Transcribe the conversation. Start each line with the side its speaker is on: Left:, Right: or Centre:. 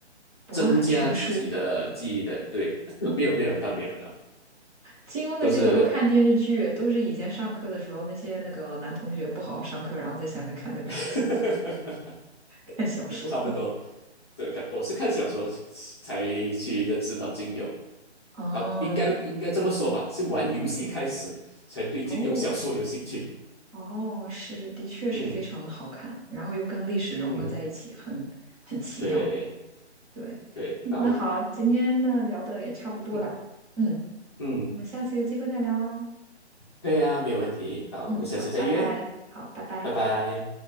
Right: 博览群书。
Left: 增加自己的记忆的，对，<laughs> 没有没有，到没有是，呵呵
Right: 金庸那些我都看电视剧，
Left: 都是
Right: 都是以前上课的时候那些那个男同学不好好上课，然后在下面看那个
Left: <laughs>。
Right: <laughs> 看小说。
Left: 差不多。对，看我是看小说才去认识到金庸
Right: 嗯，
Left: 啊，应该应该这么说吧，是玩游戏开始才对金庸小说有兴趣。
Right: 哦，哦，是，的确是非常的好看，
Left: 嗯
Right: 然后又跟历史融合在一起，
Left: 嗯，
Right: 很很奇妙。
Left: 对
Right: 对，
Left: 对，
Right: 嗯那好，
Left: 然后
Right: 今天呢聊的也差不多了，
Left: 嗯
Right: 嗯，
Left: 嗯，
Right: 我们下次有机会再聊哦。
Left: 对啊，没有问题。好，
Right: 嗯，
Left: 我们下次再约，
Right: 好，拜拜，好，拜拜。
Left: 拜拜。